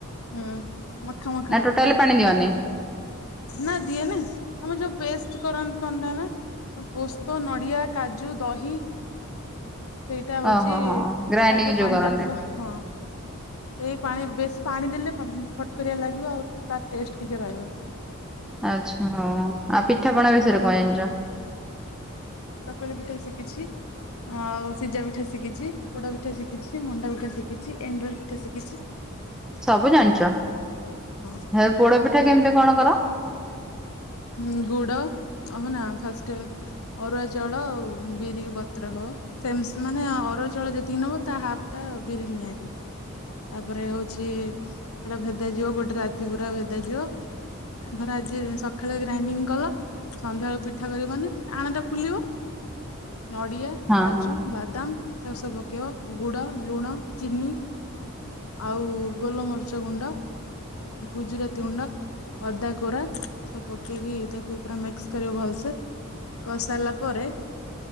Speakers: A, on the left (about 75°); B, in the centre.
A: ହୁଁ, ମାଖା ମାଖା
B: ନା ଟୋଟାଲି
A: ହୁଏ।
B: ପାଣି ଦିଅନି
A: ନା ଦିଏ ନା। ଆମେ ଯୋଉ ପେଷ୍ଟ କରନ୍ତି କଣ ତା ନାଁ? ହଁ ପୋସ୍ତ, ନଡ଼ିଆ, କାଜୁ, ଦହି ସେଇଟା ହଉଛି
B: ଓହୋ ହଁ ଗ୍ରାଇଣ୍ଡିଙ୍ଗ
A: ତା ଯୋଉ ପାଣି
B: କରନ୍ତି
A: ଟା ଥିବ ହଁ ସେଇ ପାଣି ବେଶ ପାଣି ଦେଲେ ଫ-ଫଟକରିଆ ଲାଗିବ, ଆଉ ତା ଟେଷ୍ଟ କିଛି ରହିବନି।
B: ଆଚ୍ଛା, ହଁ, ଆଉ ପିଠାପଣା ବିଷୟରେ କଣ ଜଣିଛ?
A: ଚକୁଳି ପିଠା ଶିଖିଛି। ଆଉ ସିଜା ପିଠା ଶିଖିଛି। ପୋଡ ପିଠା ଶିଖିଛି। ମଣ୍ଡା ପଠା ଶିକିଛି। ଏଣ୍ଡୁରି ପିଠା ଶିଖିଛି।
B: ସବୁ ଜାଣିଚ।
A: ହଁ
B: ହେ ପୋଡପିଠା କେମିତି କଣ କର?
A: ହୁଁ, ଗୁଡ ଅହ ନା ଫାଷ୍ଟ ଅରୁଆ ଚାଉଳ ଆଉ ଉଁ, ବିରିକି ବତ୍ରା ହବ। ସେମ୍ ମାନେ ଅରୁଆ ଚାଉଳ ଯେତିକି ନବ ତା ହାଫ୍ ଟା ବିରି ନିଆଯିବ। ତାପରେ ହଉଛି ସେଟା ଭେଦା ଯିବ, ଗୋଟେ ରାତି ପୁରା ଭେଦା ଯିବ। ଧର ଆଜି ସଖାଳେ ଗ୍ରାଇଣ୍ଡିଙ୍ଗ କଲ ସନ୍ଧ୍ୟା ବେଳୁ ପିଠା କରିବ ମାନେ ଆଣଟା ଫୁଲିବ, ନଡିଆ
B: ହଁ
A: କାଜୁ,
B: ହଁ
A: ବାଦାମ ଚାକୁ ସବୁ ପକେଇବ। ଗୁଡ, ଲୁଣ, ଚିନି ଆଉ ଗୋଲମରିଚ ଗୁଣ୍ଡ, ଗୁଜୁରାତି ଗୁଣ୍ଡ ଅଦା କୋରା ସବୁ ପକେଇକି ତାକୁ ପୁରା ମିକ୍ସ କରିବ ଭଲସେ। କରସାଇଲା ପରେ